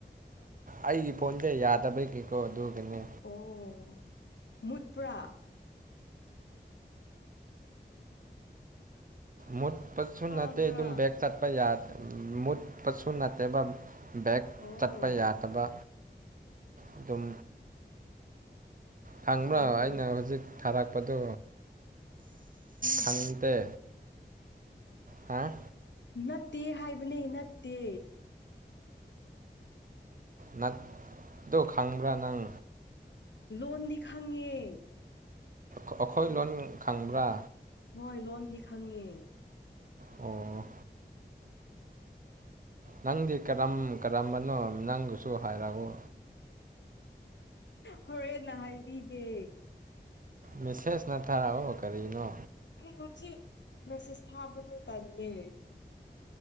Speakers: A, on the right; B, on the left.
A: ꯑꯩꯒꯤ ꯐꯣꯟꯁꯦ ꯌꯥꯗꯕꯩꯒꯤꯀꯣ ꯑꯗꯨꯒꯤꯅꯦ
B: ꯑꯣ ꯃꯨꯠꯄ꯭ꯔꯥ
A: ꯃꯨꯠꯄꯁꯨ
B: ꯇꯥꯕ꯭ꯔꯥ
A: ꯅꯠꯇꯦ ꯑꯗꯨꯝ ꯕꯦꯛ ꯆꯠꯄ ꯃꯨꯠꯄꯁꯨ ꯅꯠꯇꯦꯕ ꯕꯦꯛꯛ
B: ꯑꯣ
A: ꯆꯠꯄ ꯌꯥꯗꯕ ꯑꯗꯨꯝ ꯈꯪꯕ꯭ꯔꯣ
B: ꯑꯣ
A: ꯑꯩꯅ ꯍꯧꯖꯤꯛ ꯊꯥꯔꯛꯄꯗꯨ ꯈꯪꯗꯦ ꯍꯥꯥ
B: ꯅꯠꯇꯦ ꯍꯥꯏꯕꯅꯤ ꯅꯠꯇꯦ
A: ꯅꯠꯇꯣ ꯈꯪꯕ꯭ꯔꯥ ꯅꯪ
B: ꯂꯣꯟꯗꯤ ꯈꯪꯉꯦ
A: ꯑꯩꯈꯣꯏ ꯂꯣꯟ ꯈꯪꯕ꯭ꯔꯥ
B: ꯍꯣꯏ ꯂꯣꯟꯗꯤ ꯈꯪꯉꯦ
A: ꯑꯣ ꯅꯪꯗꯤ ꯀꯔꯝ ꯀꯔꯝꯕꯅꯣ ꯅꯪꯗꯨꯁꯨ ꯍꯥꯏꯔꯛꯎ
B: ꯍꯣꯔꯦꯟꯅ ꯍꯥꯏꯕꯤꯒꯦ
A: ꯃꯦꯁꯦꯁꯅ ꯊꯥꯔꯛꯑꯣ ꯀꯔꯤꯅꯣ
B: ꯑꯩ ꯍꯧꯖꯤꯛ ꯃꯦꯁꯦꯁ ꯊꯥꯕꯗ ꯇꯜꯂꯦ